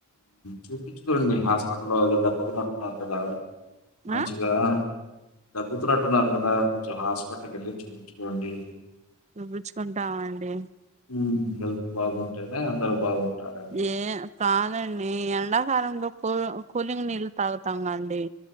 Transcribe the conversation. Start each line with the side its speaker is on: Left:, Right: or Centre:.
Left: చూపించు కొండి మీ హాస్పిటల్లో ఏదో దగ్గు తన్నట్టున్నారు కదా <unintelligible> మంచిగా
Right: ఆ
Left: దగ్గుతున్నట్టున్నారు కదా కొంచెం హాస్పిటల్కి వెళ్ళి చూపించుకోండి
Right: చూపిచుకుంటామండి
Left: ఉ హెల్త్ బాగుంటేనే అందరు బాగుంటారండి
Right: ఏ కాదండి ఎండాకాలంలో కూల్ కూలింగ్ నీళ్ళు తాగుతాం గా అండి